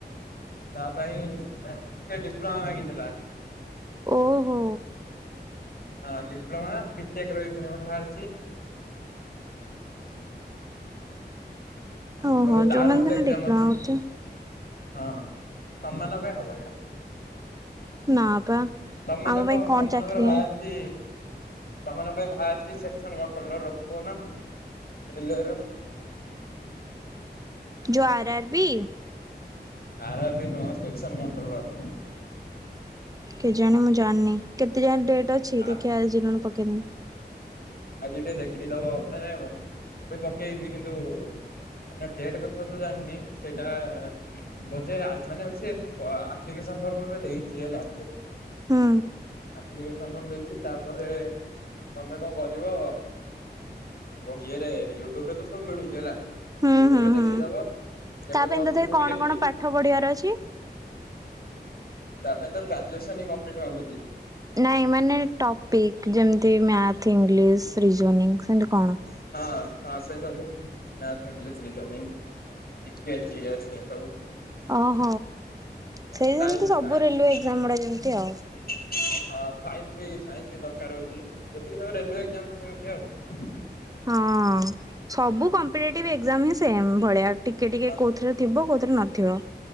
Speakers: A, on the left; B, on the right.
A: ତା ପାଇଁ ଟିକେ ଡିପ୍ଲୋମା ମାଗିଦେଲା।
B: ଓହୋ।
A: ହଁ ଡିପ୍ଲୋମା ବିଟେକ୍ ର ବି ଫୁଣି ଗୋଟେ ବାହାରିଚି।
B: ଓହୋ
A: ଏବେ ତାର
B: ଯୋଉମାନେ
A: ଗୋଟେ
B: ସିନା
A: ଏକ୍ଜାମ
B: ଡିପ୍ଲୋମା
A: ଅଛି
B: କରୁଥିବେ
A: ହଁ ତମ ମାନଙ୍କ ପାଇଁ ହବନି ଇୟା
B: ନା ପା
A: ତମାନଙ୍କ
B: ଆମ ପାଇଁ କଣ
A: ତମାନଙ୍କର
B: ଚାକିରି
A: ଭାରିଚି ତମାନଙ୍କ ପାଇଁ ବାରିଚି ସେକ୍ସନ କଣ୍ଟ୍ରୋଲର ରଖି ଦୋଉନ ରେଲୱେର
B: ଯୋ ଆର ଆର୍ ବି
A: ଆର ଆର ବି ନୁହଁ ସେକ୍ସନ କଣ୍ଟ୍ରୋଲର।
B: କେଜାଣି ମୁଁ ଜାଣିନି କେତେ ଯାଏ ଡେଟ୍ ଅଛି
A: କଣ୍ଟ୍ରୋଲର।
B: ଦେଖିଆ ଆଜି ନହେଲେ ପକେଇବି।
A: ଆଜି ଟିକେ ଦେଖେଇଦବ ନ ନାଇ ମୁଁ ବି ପକେଇବି କିନ୍ତୁ ମାନେ ଡେଟ୍ କଥା ତ ଜାଣିନି ସେଇଟା ବୋଧେ ଆଜ୍‌ ମାନେ ସେ ଆପ୍ଲିକେସନ ଫର୍ମ ଏବେ ଦେଇଚି ହେଲା।
B: ହୁଁ
A: ଆପ୍ଲିକେସନ ଫର୍ମ ଦେଇଚି ତାପରେ ତମେ କଣ କରିବ ଇଏରେ ୟୁଟ୍ୟୁବ ରେ ତ ସବୁ ମିଳୁଛି ହେଲା।
B: ହୁଁ
A: ୟୁଟ୍ୟୁବ
B: ହୁଁ
A: ରେ ଦେଖିଦବ।
B: ହୁଁ
A: କେବେ
B: ତା
A: କଣ
B: ପାଇଁ
A: ଅଛି
B: ତଥାପି
A: ମୁଁ
B: କଣ
A: ବି ଦେଖିନି
B: କଣ ପାଠ ପଢିବାର ଅଛି?
A: ତା ପାଇଁ ତ ଗ୍ରଜୁଏସ ହିଁ କଂପ୍ଲିଟ୍ ମାଗୁଛି।
B: ନାଇଁ ମାନେ ଟପିକ୍ ଯେମତି ମ୍ୟାଥ ଇଂଙ୍ଗିଲିସ୍ ରିଜୁନିଂ ସେମତି କଣ?
A: ହଁ ହଁ ସେ ସବୁ ଇଂଙ୍ଗିଲିସ୍‌ ରିଜନିଙ୍ଗି। ଟିକେ ଯିଏ ଆସେ ସବୁ।
B: ଅହ ସେଇ
A: ସାଇନ୍ସ
B: ଯେମିତି ସବୁ
A: ସାଇନ୍ସ
B: ରେଲୱେ ଏକ୍ଜାମ ଗୁଡା ଯେମତି ଆଉ।
A: ହଁ ସାଇନ୍ସ ବି ସାଇନ୍ସ ବି ଦରକାର ହୋଉଛି ଯେତିକି ସବ ରେଲୁ୍ୱେ ଏକ୍ଜାମ ସେମିତି ଆଉ।
B: ହଁ ସବୁ କମ୍ପିଟେଟିଭ ଏକ୍ଜାମ ହିଁ ସେମ୍ ଭଳିଆ। ଟିକେ ଟିକେ
A: ହଁ।
B: କେଉଁଥିରେ ଥିବ କେଉଁଥିରେ ନଥିବ।